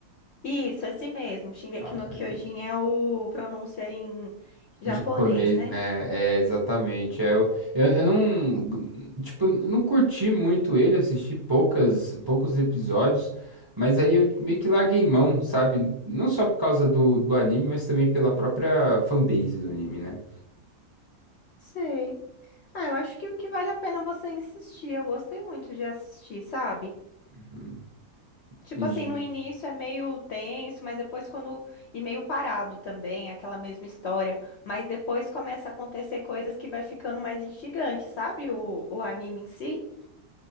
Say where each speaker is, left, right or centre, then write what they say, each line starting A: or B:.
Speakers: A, on the left; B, on the right.
A: Isso, esse mesmo. Shingeki
B: Ah,
A: no
B: tá
A: Kyojin
B: aqui.
A: é o pronúncia em japonês,
B: Japonês,
A: né?
B: né? É, exatamente. É, eu, eu, eu não, tipo, não curti muito ele, assisti poucas, poucos episódios, mas aí eu meio que larguei mão, sabe? Não só por causa do, do anime, mas também pela própria fanbase do anime, né?
A: Sei. Ah, eu acho que o que vale a pena é você insistir. Eu gostei muito de assistir, sabe?
B: Uhum,
A: Tipo
B: entendi.
A: assim, no início é meio tenso, mas depois quando. E meio parado também, aquela mesma história. Mas depois começa a acontecer coisas que vai ficando mais instigante, sabe? O, o anime em si.